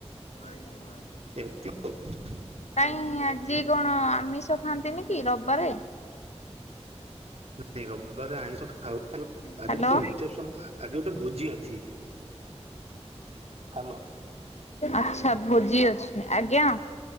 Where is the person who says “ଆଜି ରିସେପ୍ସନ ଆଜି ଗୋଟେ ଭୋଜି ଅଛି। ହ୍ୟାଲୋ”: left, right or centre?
Right